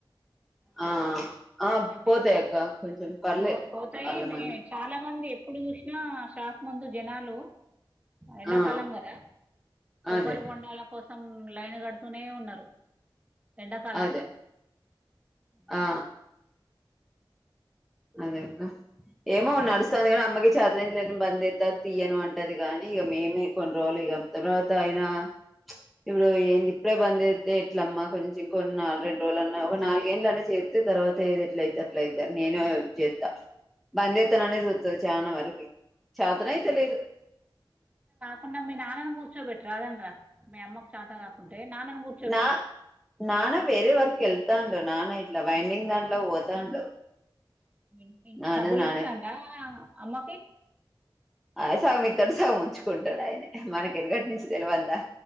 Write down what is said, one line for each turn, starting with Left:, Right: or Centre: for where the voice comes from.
Centre: ఆ ఆ
Right: ఇక
Centre: పోతాయక్క
Right: మేము
Centre: కొంచెం పర్లేదు
Right: పో పోతాయి
Centre: చాల
Right: మే
Centre: మంది
Right: చాలా మంది ఎప్పుడు చూసినా షాప్ ముందు జనాలు ఎండాకాలం
Centre: ఆ
Right: కదా కొబ్బరి
Centre: అదే
Right: బొండాల కోస్ సం లైన్ కడుతూనే ఉన్నారు ఎండాకాలంలో
Centre: అదే ఆ అదేక్క ఏమో నడుస్తోంది కానీ అమ్మకి చేతనయత లేదని బంద్ చేస్తా తీయను అంటది కాని ఇగ మేమే కొన్ని రోజులు ఇగ తర్వాత ఆయిన ఇప్పుడు ఏంది ఇప్పుడే బంద్ జెస్తే ఎట్లమ్మా కొంచెం ఇంకోన్ని నాలు రెండు రోజులుల అన్నా ఒక నాలుగేంళ్ల అన్నా చే తర్వాత ఏది ఎట్లా అయితె అట్లా అయి నేను చేత్త బందేత్తే నన్నే చూత్తది చానవరకి చాతనయిత లేదు
Right: అ మీ నాన్నని కూర్చోబెట్టి రాదండరా మీ అమ్మకు చాత కాకుంటే నాన్న కూర్చ
Centre: నా నాన వేరే వర్క్ ఎళ్తాండు నానా ఇట్లా వైండింగ్ దాంట్లోకి పోతాండు
Right: ఇం ఇంట్లో
Centre: నాన్నది
Right: డబ్బులు
Centre: నానే
Right: ఇస్తాండా అమ్మకి
Centre: ఆ సగమిత్తాడు సగం ఉంచుకుంటాడు ఆయన మనకి ఎనకటి నుంచి తెలవందా